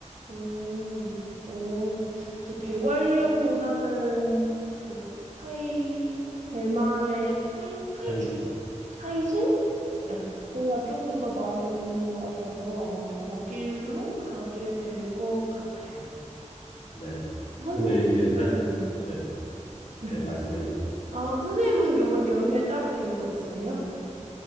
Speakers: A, on the right; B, on the left.
A: 오, 어, 저 대관령보다는 그 타이, 대만의 타이, 타이주,
B: 하이주.
A: 타이슝? 네, 거기가 조금 더 마음에 드는 것 같아서 아마 거길로 가게 될 것 같아요.
B: 네.
A: 선생님,
B: 근데 음. 이제
A: 아, 아, 음.
B: 네,
A: 네.
B: 네, 말씀해 주세요.
A: 아, 선생님은 요번 연휴에 따로 계획 없으세요?